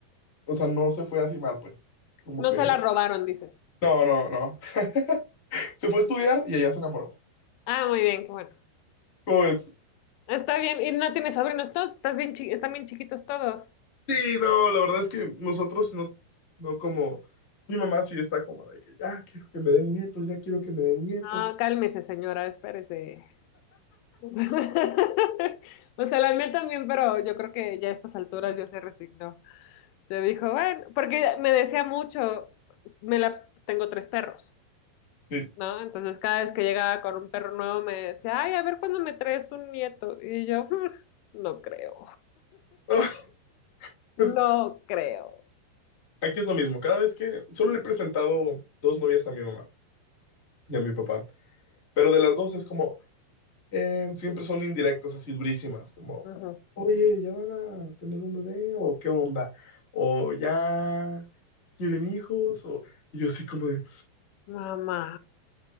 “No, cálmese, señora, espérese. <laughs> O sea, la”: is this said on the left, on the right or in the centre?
Left